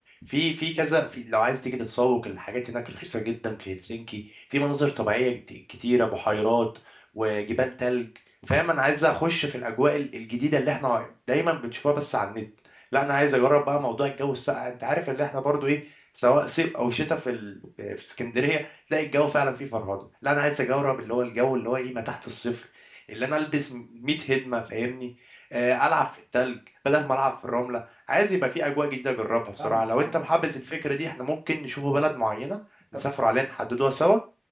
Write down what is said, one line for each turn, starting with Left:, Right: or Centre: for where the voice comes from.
Centre: في في كذا في لو عايز تيجي تتسوق الحاجات هناك رخيصه جدا في هلسنكي في مناظر طبيعيه كت- كتيره بحيرات وجبال تلج فاهم انا عايز اخش في الاجواء ال- الجديده اللي احنا دايما بنشوفها بس على النت لا انا عايز اجرب بقى موضوع الجو الساقع انت عارف اللي احنا برضو ايه سواء صيف او شتاء في ال... في اسكندريه تلاقي الجو فعلا فيه فرهده لا انا عايز اجرب اللي هو الجو اللي هو ايه ما تحت الصفر اللي انا البس 100 هدمه فاهمني آه، العب في التلج بدل ما العب في الرمله عايز يبقى في اجواء جديده اجربها بصراحه
Right: فاهمك
Centre: لو
Right: فاهمك
Centre: انت محبذ الفكره دي احنا ممكن نشوفوا بلد معينه
Right: طب
Centre: نسافر عليها نحددوها سوا